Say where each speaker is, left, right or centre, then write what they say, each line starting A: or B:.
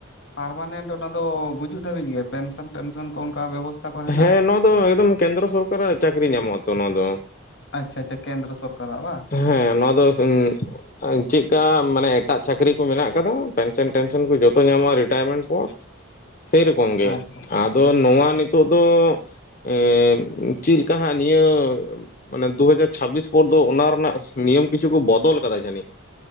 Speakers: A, on the left (about 55°); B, on the left (about 40°).
A: ᱯᱟᱨᱢᱟᱱᱮᱱᱴ ᱚᱱᱟ ᱫᱚ ᱜᱩᱡᱩᱜ ᱫᱷᱟᱹᱵᱤᱡ ᱜᱮ ᱯᱮᱱ ᱥᱮᱱ, ᱯᱮᱱᱥᱚᱱ ᱠᱚ ᱚᱱᱠᱟ ᱵᱮᱵᱚᱥᱛᱟ ᱠᱚ ᱦᱮᱱᱟᱜᱼᱟ?
B: ᱦᱮᱸ ᱱᱚᱣᱟ ᱫᱚ ᱮᱠᱫᱚᱢ ᱠᱮᱱᱫᱨᱚ ᱥᱚᱨᱠᱟᱨᱟᱜ ᱪᱟᱹᱠᱨᱤ ᱧᱟᱢᱚᱜ ᱟᱛᱚ ᱱᱚᱣᱟ ᱫᱚ᱾
A: ᱟᱪᱷᱟ ᱪᱷᱟ ᱠᱮᱱᱫᱨᱚ ᱥᱚᱨᱠᱟᱨᱟᱜ ᱵᱟᱝ?
B: ᱦᱮᱸ ᱱᱚᱣᱟ ᱫᱚ ᱥᱚ ᱩᱸ ᱪᱮᱜᱠᱟ ᱢᱟᱱᱮ ᱮᱴᱟᱜ ᱪᱟᱹᱠᱨᱤ ᱠᱚ ᱢᱮᱱᱟᱜ ᱠᱟᱫᱟ ᱯᱮᱱᱥᱮᱱ ᱴᱮᱱᱥᱮᱱ ᱠᱚ ᱡᱷᱚᱛᱚ ᱧᱟᱢᱚᱜᱼᱟ ᱨᱤᱴᱟᱭᱟᱨᱢᱮᱱᱴ ᱯᱚᱨ᱾
A: <inaudible>
B: ᱥᱮᱨᱚᱠᱚᱢ ᱜᱮ
A: ᱟᱪᱪᱷᱟ ᱟᱪᱪᱷᱟ ᱟᱪᱪᱷᱟ
B: ᱟᱫᱚ
A: ᱟᱪᱪᱷᱟ
B: ᱱᱚᱣᱟ
A: ᱟᱪᱪᱷᱟ
B: ᱱᱤᱛᱳᱜ ᱫᱚ ᱮᱸ ᱪᱮᱫ ᱞᱮᱠᱟ ᱦᱟᱸᱜ ᱱᱤᱭᱟᱹ ᱢᱟᱱᱮ ᱫᱩ ᱦᱟᱡᱟᱨ ᱪᱷᱟᱵᱵᱤᱥ ᱯᱚᱨ ᱫᱚ ᱚᱱᱟ ᱨᱮᱱᱟᱜ ᱱᱤᱭᱚᱢ ᱠᱤᱪᱷᱩ ᱠᱚ ᱵᱚᱫᱚᱞ ᱠᱟᱫᱟ ᱠᱚ ᱡᱟᱹᱱᱤᱡ᱾